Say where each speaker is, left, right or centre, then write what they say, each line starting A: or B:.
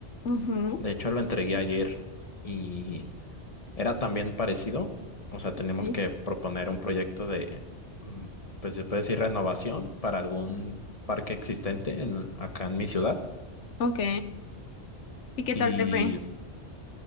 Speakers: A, on the left; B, on the left.
A: Ujú.
B: De hecho, lo entregué ayer y era también parecido. O sea, tenemos
A: Sí.
B: que proponer un proyecto de, mm, pues se puede decir, renovación para algún parque existente en- acá en mi ciudad.
A: Ok. ¿Y qué
B: Y
A: tal te fue?